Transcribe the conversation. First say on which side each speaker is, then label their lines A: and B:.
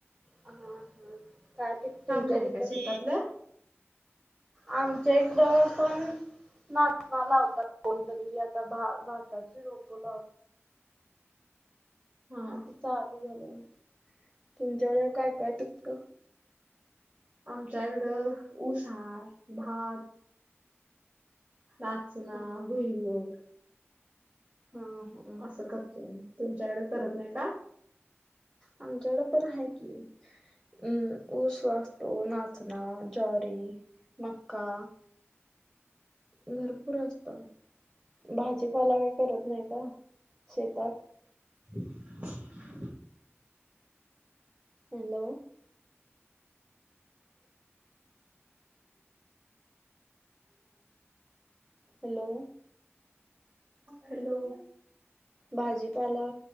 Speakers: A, on the right; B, on the right.
A: हा, हा, काय ते तुमच्या
B: नाही
A: तिकडें
B: का शेतातलं
A: आमच्या एकडं पण नाचना लावतात कोणतरी, आता भाताची रोपं लावतात.
B: हा,
A: आता चालू झालं, तुमच्याकडे काय काय पिकत.
B: आमच्याकडं ऊसा आहे. भात नाचना,
A: हा
B: बुईमुग,
A: हा, ह,
B: असं करतात, तुमच्याकडे करत नाही का?
A: आमच्याकडे पण आहे की. हम्, ऊस असतो. नाचना, ज्वारी, मक्का भरपूर असत. भाजीपाला काही करत नाही का शेतात?
B: <inaudible>
A: हॅलो. हॅलो.
B: हॅलो.
A: भाजीपाला